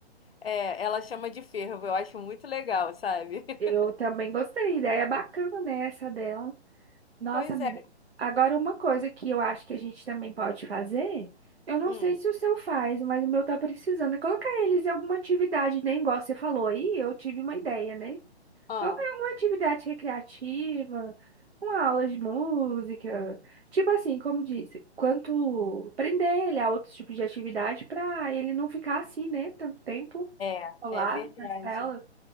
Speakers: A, on the left (about 60°); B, on the right (about 65°).
A: É, ela chama de fervo, eu acho muito legal, sabe? <laughs>
B: Eu também gostei, ideia é bacana, né, essa dela. Nossa,
A: Pois
B: amiga.
A: é.
B: Agora, uma coisa que eu acho que a gente também pode fazer, eu não
A: Hum,
B: sei se o seu faz, mas o meu tá precisando, é colocar eles em alguma atividade, né? Igual você falou aí, eu tive uma ideia, né?
A: ah,
B: Qualquer uma atividade recreativa, uma aula de música, tipo assim, como disse, quanto prender ele a outros tipos de atividade para ele não ficar assim, né, tanto tempo
A: é,
B: colado
A: é verdade.
B: nas telas.